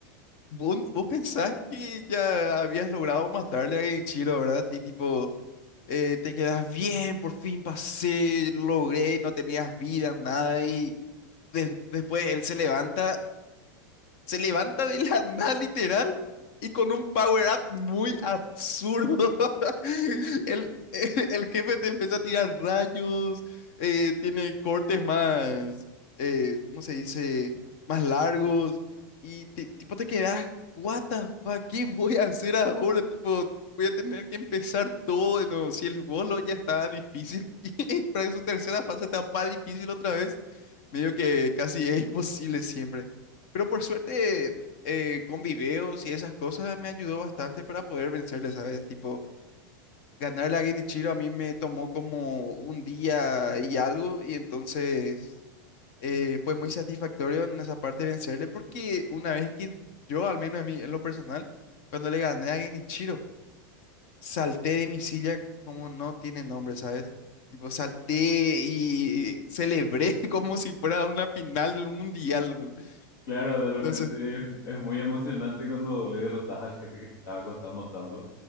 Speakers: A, on the left; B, on the left.
A: <laughs> vos, vos pensás que ya habías logrado matarle a Genichiro, ¿verdad? Y tipo... eh, te quedas bien, por fin pasé, logré, no tenías vida, nada, y des- después él se levanta se levanta de la nada literal y con un power up muy absurdo. <laughs> El, el jefe te empieza a tirar rayos, eh, tiene cortes más, eh, ¿cómo se dice? Más largos y ti- tipo te quedas, what the fuck, ¿qué voy a hacer ahora? Tipo, voy a tener que empezar todo de nuevo. Si el bolo ya estaba difícil <laughs> y para su tercera fase está más difícil otra vez, medio que casi es imposible siempre. Pero por suerte, eh, con videos y esas cosas me ayudó bastante para poder vencerle, ¿sabes? Tipo, ganar la Genichiro a mí me tomó como un día y algo, y entonces eh, fue muy satisfactorio en esa parte vencerle, porque una vez que yo, al menos a mí, en lo personal, cuando le gané a Genichiro, salté de mi silla como no tiene nombre, ¿sabes? Tipo, salté y celebré <laughs> como si fuera una final mundial, bol.
B: Claro, de repente
A: Entonces,
B: es, es muy emocionante cuando le derrotas al jefe que te estaba costando tanto.